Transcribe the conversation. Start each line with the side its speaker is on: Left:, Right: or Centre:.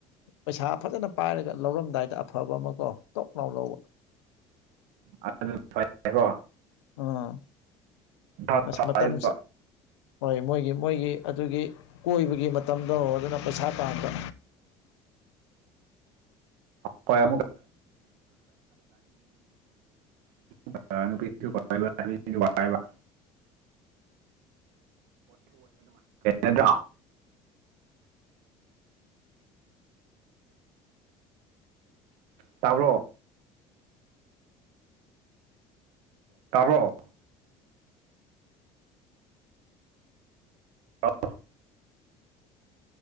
Left: ꯄꯩꯁꯥ ꯐꯖꯅ ꯄꯥꯏꯔꯒ ꯂꯧꯔꯝꯗꯥꯏꯗ ꯑꯐꯕ ꯑꯃ ꯀꯣ ꯇꯣꯛ ꯅꯥꯥꯎ ꯂꯧꯕ
Right: ꯑꯗꯨ ꯐꯠꯔꯦꯀꯣ
Left: ꯑꯥ
Right: ꯃꯊꯥ
Left: ꯑꯁ ꯃꯇꯝꯁꯦ
Right: ꯁꯥꯏꯌꯦꯕ
Left: ꯍꯣꯏ ꯃꯣꯏꯒꯤ ꯃꯣꯏꯒꯤ ꯑꯗꯨꯒꯤ ꯀꯣꯏꯕꯒꯤ ꯃꯇꯝꯗꯣ ꯑꯗꯨꯅ ꯄꯩꯁꯥ ꯇꯥꯟꯕ
Right: ꯀꯩ <inaudible> ꯕ <inaudible> ꯗꯨ ꯋꯥꯥꯏꯕ ꯅꯠꯇ꯭ꯔꯣ ꯇꯥꯕ꯭ꯔꯣ ꯇꯥꯕ꯭ꯔꯣ ꯑꯥꯎ